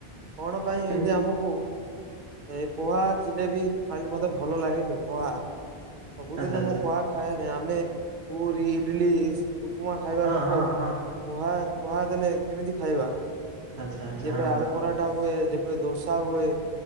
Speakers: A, on the right (about 55°); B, on the right (about 80°).
A: କଣ ପାଇଁ
B: କେମିତି
A: ଏଇଠି ଆମକୁ ସେ ପୋହା ଜିଲେପି ଖାଇଲେ ମତେ ଭଲ ଲାଗେନି, ପୋହା ସବୁଦିନେ
B: ଆଚ୍ଛା ଆଚ୍ଛା
A: ମୁଁ କୁହା ଖାଏନି ଆମେ ପୁରୀ ଇଡଲି ଏଇସବୁ ଉପମା ଖାଇବା
B: ହଁ
A: ଲୋକ
B: ହଁ ହଁ
A: ପୋହା ପୋହା ଦେଲେ କେମିତି ଖାଇବା।
B: ଆଚ୍ଛା ଆଚ୍ଛା
A: ଯେବେ
B: ହଁ
A: ଆଳୁ
B: ହଁ
A: ପରଠା ହୁଏ। ଯେବେ ଦୋସା ହୁଏ।